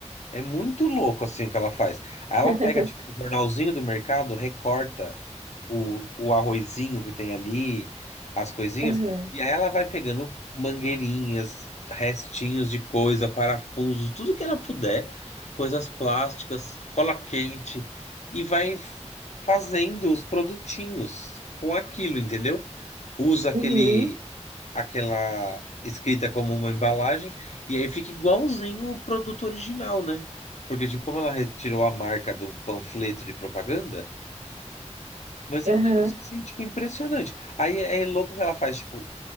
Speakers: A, on the left (about 70°); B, on the right (about 70°).
A: É muito louco, assim, o que ela faz. Aí
B: <laughs>
A: ela pega, tipo, o jornalzinho do mercado, recorta o, o arrozinho que tem ali, as coisinhas,
B: Aham.
A: e aí ela vai pegando mangueirinhas, restinhos de coisa, parafusos, tudo que ela puder, coisas plásticas, cola quente, e vai f- fazendo os produtinhos com aquilo, entendeu? Usa aquele,
B: Uhum.
A: aquela escrita como uma embalagem, e aí fica igualzinho o produto original, né? Porque, tipo, como ela retirou a marca do panfleto de propaganda, mas
B: Aham.
A: é um negócio assim, tipo, impressionante. Aí é louco que ela faz, tipo,